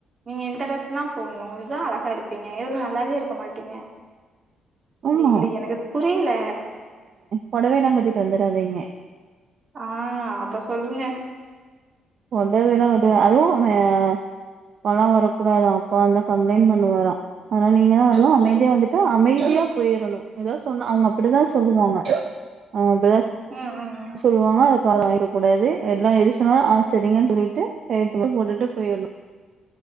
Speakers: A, on the right; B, on the right.
A: நீங்க இந்த ட்ரஸ் தா போட்ணு இதா அழகா இருப்பீங்க இதுல நல்லாவே இருக்க மாட்டீங்க
B: ஆமா
A: இ இல்ல எனக்கு புரியல
B: புடவையெல்லா கட்டிட்டு வந்துராதீங்க
A: ஆ அத சொல்லுங்க
B: சொல்லவே வேணாங்க அது அது மே அப்பால்லா வரக்கூடாது அப்பா வந்தா கம்ப்ளைண்ட் பண்ணுவாரா ஆனா நீங்கதா வரணு அமைதியா வந்துட்டு அமைதியா போயிரணு ஏதாது சொன்னா அவங்க அப்டிதா சொல்லுவாங்க அவங்க அப்டிதா
A: ம் ம் ம்
B: சொல்லுவாங்க அத காதுல வாங்கிக்க கூடாது எல்லா எது சொன்னாலு ஆ சரிங்கன்னு சொல்லிட்டு கையெழுத்து மட்டு போட்டுட்டு போயிர்ணு